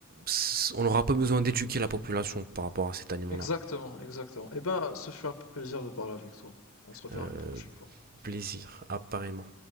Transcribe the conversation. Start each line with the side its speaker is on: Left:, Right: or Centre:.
Right: s- on n'aura pas besoin d'éduquer la population par rapport à cet aliment-là.
Left: exactement, exactement. Eh ben, ce fut un plaisir de parler avec toi. On se reverra
Right: Euh,
Left: une prochaine fois.
Right: plaisir, apparemment.